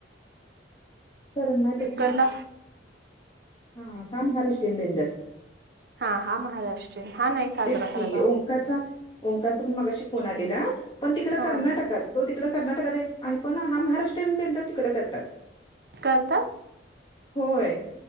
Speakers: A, on the left; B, on the right.
A: कर्नाटकी,
B: इकडला
A: हा हा महाराष्ट्रीयन बेंदर
B: हा हा महाराष्ट्रीय हा नाही, साजरा
A: तेच की
B: करायचा
A: ओंकारचा
B: आम्ही
A: ओंकारचा पण मगाशी फोन आलेला पण, तिकड
B: हा
A: कर्नाटकात तो तिकडं कर्नाटकात आहे पण, हा महाराष्ट्रीयन बेंदर तिकडं करतात
B: करतात
A: होय,